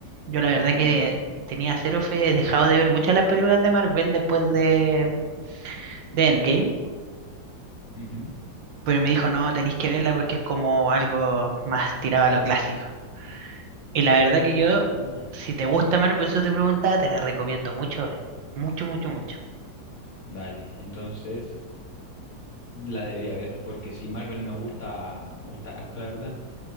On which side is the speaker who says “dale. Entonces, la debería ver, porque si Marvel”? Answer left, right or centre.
Left